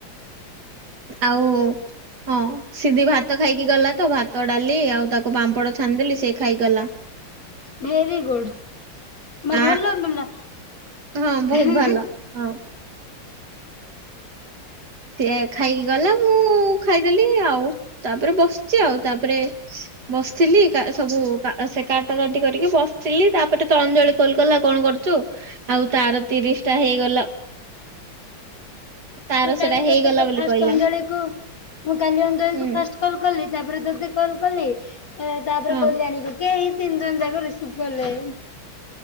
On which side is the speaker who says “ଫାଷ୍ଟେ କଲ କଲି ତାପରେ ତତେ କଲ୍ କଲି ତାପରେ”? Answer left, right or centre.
Left